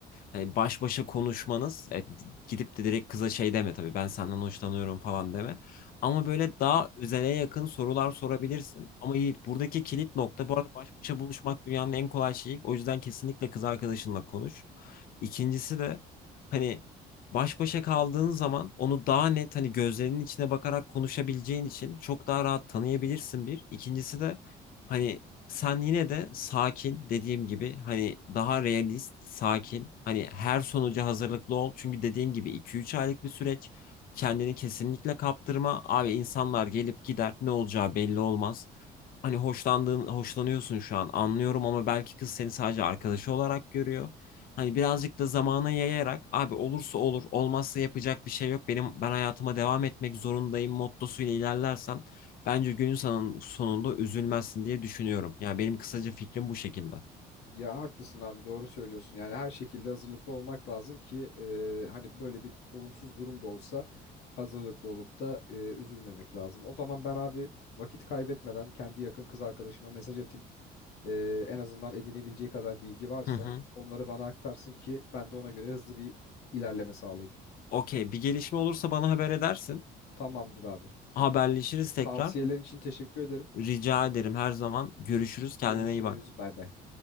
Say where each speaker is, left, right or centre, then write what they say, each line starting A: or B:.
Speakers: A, on the left; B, on the left.
A: hani baş başa konuşmanız e, gidip de direkt kıza şey deme tabii ben senden hoşlanıyorum falan deme. Ama böyle daha özele yakın sorular sorabilirsin. Ama Yiğit buradaki kilit nokta bu arada baş başa buluşmak dünyanın en kolay şeyi. O yüzden kesinlikle kız arkadaşınla konuş. İkincisi de hani baş başa kaldığın zaman onu daha net hani gözlerinin içine bakarak konuşabileceğin için çok daha rahat tanıyabilirsin bir. İkincisi de hani sen yine de sakin dediğim gibi hani daha realist, sakin. Hani her sonuca hazırlıklı ol. Çünkü dediğim gibi iki üç aylık bir süreç. Kendini kesinlikle kaptırma. Abi insanlar gelip gider. Ne olacağı belli olmaz. Hani hoşlandığın, hoşlanıyorsun şu an anlıyorum ama belki kız seni sadece arkadaşı olarak görüyor. Hani birazcık da zamana yayarak abi olursa olur, olmazsa yapacak bir şey yok. Benim ben hayatıma devam etmek zorundayım mottosuyla ilerlersen Bence günün son- sonunda üzülmezsin diye düşünüyorum. Yani benim kısaca fikrim bu şekilde.
B: Ya haklısın abi doğru söylüyorsun. Yani her şekilde hazırlıklı olmak lazım ki e, hani böyle bir olumsuz durum da olsa hazırlıklı olup da e, üzülmemek lazım. O zaman ben abi vakit kaybetmeden kendi yakın kız arkadaşıma mesaj atayım. E, en azından edinebileceği kadar bilgi varsa
A: Hı hı.
B: onları bana aktarsın ki ben de ona göre hızlı bir ilerleme sağlayayım.
A: Okey, bir gelişme olursa bana haber edersin.
B: Tamamdır abi.
A: Haberleşiriz tekrar.
B: Tavsiyelerin için teşekkür ederim.
A: Rica ederim her zaman. Görüşürüz. Kendine
B: Görüşürüz.
A: iyi bak.
B: Bay bay.